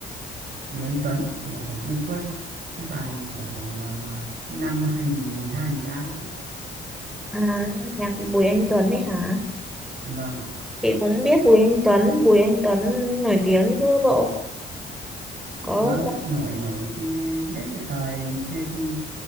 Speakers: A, on the right; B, in the centre.
A: Bùi Anh Tuấn và Ngọc Phải Trung Quân cái bài kiểu ờ, năm 2012 13 ấy chị
B: À, nhạc Bùi Anh Tuấn ấy hả?
A: vâng ạ.
B: Chị cũng biết Bùi Anh Tuấn, Bùi Anh Tuấn nổi tiếng chứ bộ. Có
A: vâng cái- nổi nổi cái đấy cái thời ngày xưa khi